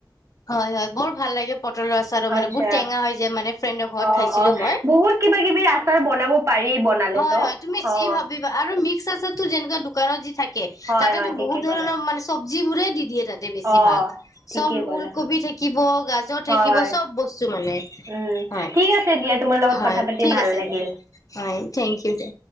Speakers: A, on the left; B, on the right.
A: হয় হয়, বৰ ভাল লাগে পটলৰ আচাৰো মানে
B: আচ্ছা
A: বহুত টেঙা হৈ যায় মানে। ফ্ৰেণ্ডৰ ঘৰত
B: অ'
A: খাইছিলো
B: অ'
A: মই
B: বহুত কিবা কিবি আচাৰ বনাব পাৰি বনালেতো
A: হয় হয় তুমি
B: অ
A: যি ভাবিবা, আৰু ম <unintelligible> যেনে দোকানত যি থাকে
B: হয়
A: তাতেতো
B: হয় ঠিকে
A: বহুত ধৰণৰ
B: ক'লে
A: মানে চব্জ যিবোৰে দি দিয়ে যতে বেছি
B: অ
A: ভাল,
B: ঠিকেই
A: চব
B: ক'লা
A: উল কবি থাকিব গাজৰ
B: হয়
A: থাকিব, সব বস্তু মানে
B: উম
A: হয়
B: ঠিক আছে দিয়া তোমাৰ লগত
A: হয়
B: কথা পাতি
A: ঠিক
B: ভাল
A: আচে
B: লাগিল
A: দিয়া হয়। Thank you De.